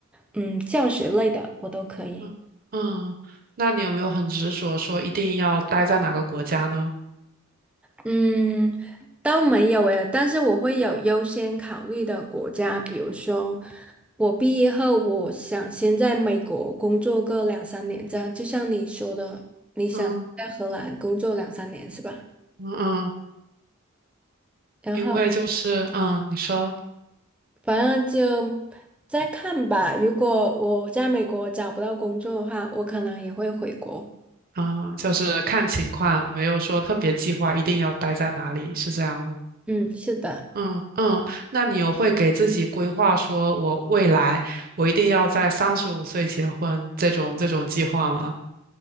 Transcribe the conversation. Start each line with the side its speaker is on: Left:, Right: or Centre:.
Centre: 嗯教学类的，我都可以。
Right: 嗯嗯，那你有没有很执着说一定要待在哪个国家呢？
Centre: 嗯，倒没有诶，但是我会有优先考虑的国家，比如说我毕业后，我想先在美国工作个两三年，这样就像你说的，你想在荷兰工作两三年是吧？
Right: 嗯嗯嗯，
Centre: 然后
Right: 因为就是嗯，你说
Centre: 反正就再看吧。如果我在美国找不到工作的话，我可能也会回国。
Right: 嗯，就是看情况，没有说特别计划一定要待在哪里，是这样吗？
Centre: 嗯，是的。
Right: 嗯嗯，那你有会给自己规划说，我未来我一定要在三十五岁结婚这种这种计划吗？